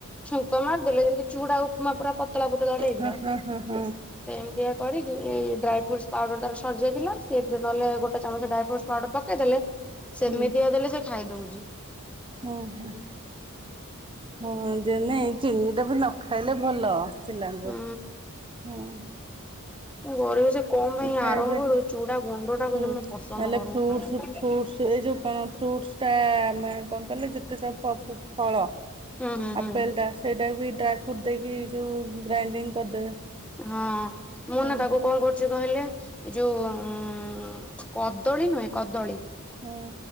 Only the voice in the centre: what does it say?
ଚୁଙ୍କ ମାରି ଦେଲେ ଯେମିତି ଚୁଡା ଉପମା ପୁରା ପତଲା ପତଳା ଟାଇପିର
ସେମିତିଆ କରିକି ଏଇ ଡ୍ରାଏ ଫ୍ରୁଟ ପାଉଡର ତାର ସରିଯାଇଥିଲା ସେଥିରେ ନହେଲେ ଗୋଟେ ଚାମଚ ଡ୍ରାଇ ଫ୍ରୁଟସ୍ ପାଉଡର ପକେଇ ଦେଲେ ସେମିତିଆ
ଦେଲେ ସେ ଖାଇଦଉଛି।
ହୁଁ
କରିବ ସେ କଁ ପାଇଁ
ଆରମ୍ଭରୁ ଚୁଡା ଗୁଣ୍ଡଟାକୁ
ଜମା ପସନ୍ଦ କରୁନି
ଖାଇବାକୁ।
ହୁଁ ହୁଁ ହୁଁ
ହଁ ମୁଁ
ନା ତାକୁ କଣ କରୁଛି କହିଲେ? ଏ ଯୋଉ ଉ କଦଳୀ ନୁହେଁ କଦଳୀ।